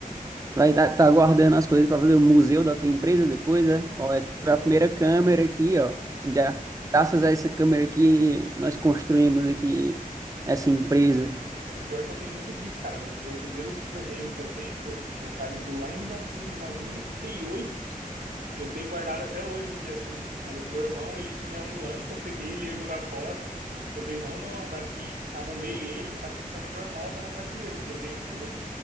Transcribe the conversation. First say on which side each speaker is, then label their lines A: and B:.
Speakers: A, on the right; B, on the right.
A: Vai estar tá, tá guardando as coisas para fazer o museu da tua empresa depois, é? Ó, essa foi a primeira câmera aqui, ó. Já, graças a essa câmera aqui, nós construímos aqui essa empresa.
B: É, o pior é que eu tenho muito disso, cara. O meu primeiro videogame que eu tenho, meu, meu pai me deu lá em 1998. Eu tenho guardado até hoje aqui, assim. O meu irmão, ele tinha um antes, eu peguei, ele ia jogar fora. Eu falei, não, não, daqui, arrumei ele, tá funcionando normal, tá na prateleira aqui. Eu tenho, tipo, um,